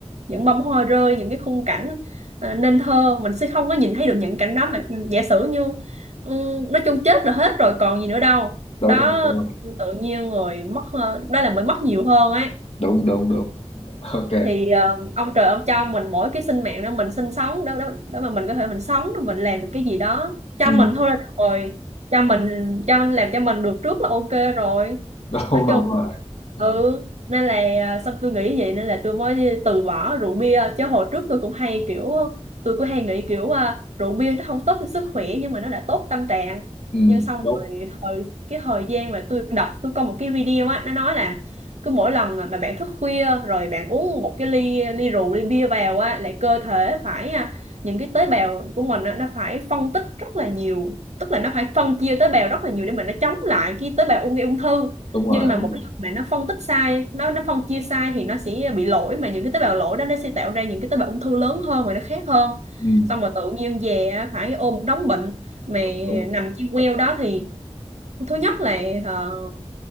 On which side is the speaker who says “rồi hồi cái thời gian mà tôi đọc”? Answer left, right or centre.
Right